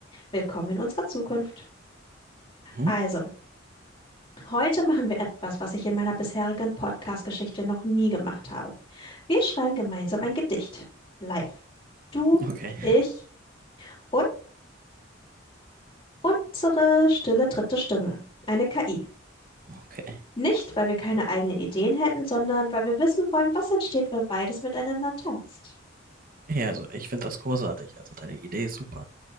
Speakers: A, on the left (about 25°); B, on the right (about 45°).
A: Willkommen in unserer Zukunft.
B: Mhm.
A: Also, heute machen wir etwas, was ich in meiner bisherigen Podcast-Geschichte noch nie gemacht habe. Wir schreiben gemeinsam ein Gedicht. Live. Du,
B: Okay,
A: ich und unsere stille dritte Stimme. Eine KI.
B: okay.
A: Nicht, weil wir keine eigenen Ideen hätten, sondern weil wir wissen wollen, was entsteht, wenn beides miteinander tanzt.
B: Ja, also ich finde das großartig. Also deine Idee ist super.